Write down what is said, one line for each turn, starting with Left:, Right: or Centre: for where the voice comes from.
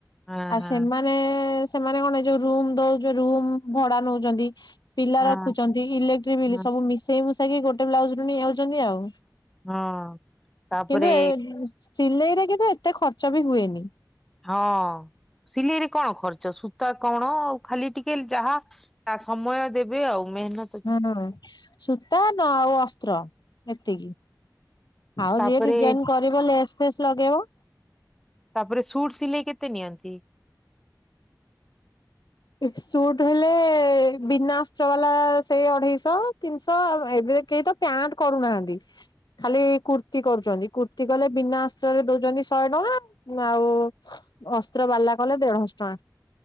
Centre: ହଁ
Left: ଆଉ
Centre: ହଁ
Left: ସେମାନେ ସେ ସେମାନେ କଣ ଏ ଯୋଉ ରୁମ ଦଉଚ ରୁମ ଭଡା ନଉଚନ୍ତି। ପିଲା
Centre: ହଁ
Left: ରଖୁଛନ୍ତି ଇଲେକ୍ଟ୍ରିକ ବିଲ୍
Centre: ହଁ
Left: ସବୁ ମିଶେଇ ମୁସେଇକି ଗୋଟେ ବ୍ଲାଉଜ ରୁ ନେଇଯାଉଚନ୍ତି ଆଉ।
Centre: ହଁ ତାପରେ
Left: କିନ୍ତୁ ଏ ସିଲେଇରେ କିନ୍ତ ଏତେ ଖର୍ଚ୍ଚ ବି ହୁଏନି।
Centre: ହଁ ସିଲେଇରେ କଣ ଖର୍ଚ ସୂତା କଣ ଆଉ ଖାଲି ଟିକେ ଯାହା ତା ସମୟ ଦେବେ ଆଉ ମେହେନତ
Left: ହୁଁ ସୂତା ନ ଆଉ ଅସ୍ତ୍ର ଏତିକି। ଆଉ
Centre: ତାପରେ
Left: ଯିଏ ଡିଜାଇନ କରିବ ଲେସ୍ ଫେସ୍ ଲଗେଇବ।
Centre: ତାପରେ ସୁଟ୍ ସିଲେଇ କେତେ ନିଅନ୍ତି?
Left: ସୁଟ୍ ହେଲେ ବିନାସ୍ର ବାଲା ସେଇ ଅଢେଇଶହ। ତିନିଶ ଏବେ କେହି ତ ପ୍ୟାଣ୍ଟ କରୁନାହାନ୍ତି। ଖାଲି କୁର୍ତ୍ତି କରୁଛନ୍ତି କୁର୍ତ୍ତିୀ କଲେ ବିନା ଆସ୍ତ୍ରୀରେ ଦଉଛନ୍ତି ଶହେ ଟଙ୍କା। ଆଉ ଅସ୍ତ୍ର ବାଲା କଲେ ଦେଢଶ ଟଙ୍କା।